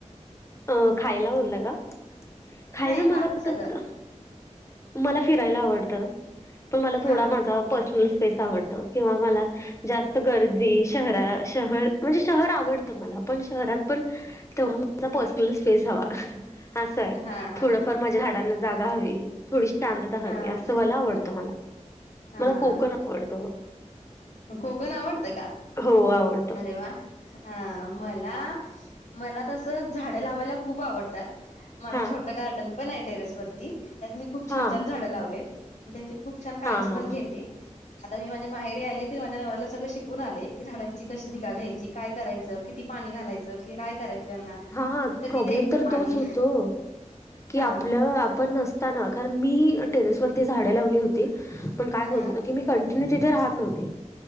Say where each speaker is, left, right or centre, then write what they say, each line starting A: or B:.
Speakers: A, on the left (about 25°); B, on the left (about 80°).
A: अ खायला म्हणलं ग, खायला
B: नाही
A: मला
B: बाकी सगळं
A: तस मला फिरायला आवडत, पण मला थोडा
B: हा
A: माझा पर्सनल स्पेस आवडत. किंवा मला जास्त गर्दी शहरा शहर म्हणजे शहर आवडतं मला पण, शहरात पण तेवढा च पर्सनल स्पेस हवा, असाय
B: हा हा
A: थोडफार
B: हा.
A: माझ्या झाडांना जागा हवी, थोडी शांतता
B: अ
A: हवी, असं मला आवडतं मला.
B: हा
A: मला कोकण आवडतं.
B: कोकण आवडतं का?
A: हो आवडतो
B: अरे वा! हा मला मला तसं झाडं लावायला खूप आवडतात. माझं
A: हा
B: छोटं गार्डन पण आहे टेरेस वरती, त्यात मी खूप
A: हा
B: छान छान झाडं लावलेत आणि त्यांची खूप छान काळजी
A: हा हा
B: पण घेते.
A: हा
B: आता मी माझ्या माहेरी आले ते माझ्या नवऱ्याला सगळं शिकून आले, की झाडांची कशी निगा घ्यायची, काय करायचं, किती पाणी घालायचं कि काय करायचं त्यांना?
A: हा
B: कधी
A: प्रॉब्लेम
B: द्यायचं
A: तर
B: पाणी
A: तोच होतो ओ. कि
B: हा
A: आपलं आपण नसताना, कारण मी टेरेसवरती झाडे लावली हो ती, पण काय होत
B: हा
A: होतं की मि कन्टीन्यु तिथे राहत नव्हती,